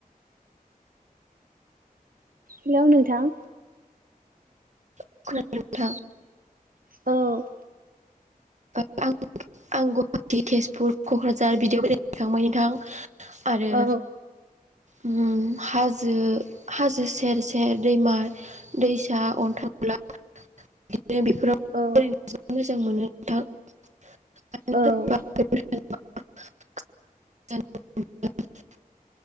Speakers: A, on the right (about 70°); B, on the right (about 55°).
A: हेल' नोंथां
B: गुवाहाटी नोंथां
A: औ
B: आं आं गुवाहाटी तेजपुर क'क्राझार बिदियाव बेरायखांबाय नोंथां आरो
A: औ
B: उम हाजो हाजो सेर सेर दैमा दैसा अन्थामला बिदिनो बेफोराव
A: औ
B: बेरायनो ज मोजां मोनो <unintelligible>
A: औ
B: <unintelligible>